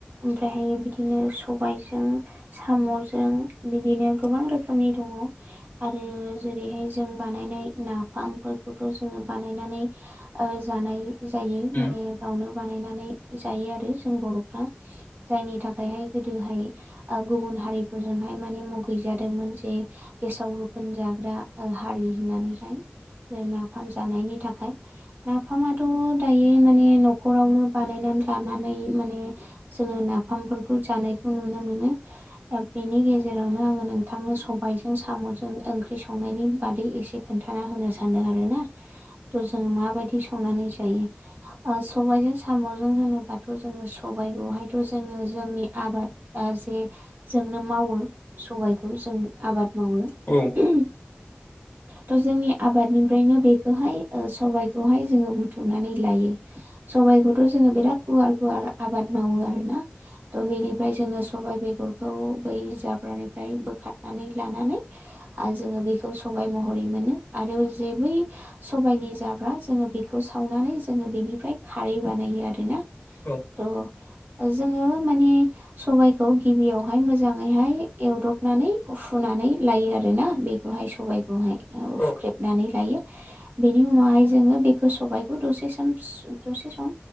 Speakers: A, on the right (about 55°); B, on the left (about 50°).
A: ओमफ्रायहायो बिदिनो सबायजों साम'जों बिदिनो गोबां रोखोमनि दङ। आरो जेरैहाय जों बानायनाय नाफामफोरखौथ' जोङो बानायनानै ओ जानाय जायो
B: उम
A: माने गावनो बानायनानै जायो आरो जों बर'फ्रा जायनि थाखायहाय गोदोहाय ओ गुबुन हारिफोरजोंहाय माने मुगैजादोंमोन जे गेसाव गोफोन जाग्रा हारि होननानैहाय नाफाम जानायनि थाखाय। नाफामाथ' दायो माने न'खरावनो बानायनानै लानानै माने जोङो नाफामफोरखौ जानायखौ नुनो मोनो। दा बेनि गेजेरावनो आङो नोंथांनो सबायजों साम'जों ओंख्रि संनायनि बादै एसे खोन्थाना होनो सानदों आरो ना। थ' जों माबायदि संनानै जायो। ओ सबायाइजों साम'जों होनोबाथ' जोङो सबायाइखौहायथ' जोङो जोंनि आबाद जे जोंनो मावो सबायखौ जों आबाद मावो
B: औ
A: उम थ' जोंनि आबादनिफ्रायनो बेखौहाय सबबायखौहाय जोङो बुथुमनानै लायो सबायाइखौथ' जोङो बिराद गुवार गुवार आबाद मावो आरोना। त' बेनिफ्राय जोङो सबायाइ बेगरखौ बै जाब्रानिफ्राय बोखारनानै लानानै आरो जोङो बेखौ सबाय महरै मोनो आरो जे बै सबायाइनि जाब्रा जोङो बेखौ सावनानै जोङो बेनिफ्राय खारै बानायो आरोना।
B: औ उम
A: थ' जोङो माने सबाइखौ गिबियावहाय मोजाङैहाय एवदबनानै उफुनानै लायो आरोना बे खौहाय सबायाइखौहाय हुख्रेबनानै
B: औ
A: लायो बेनि उनावहाय जोङो बेखौ सबायाइखौ दसे सम दसे सम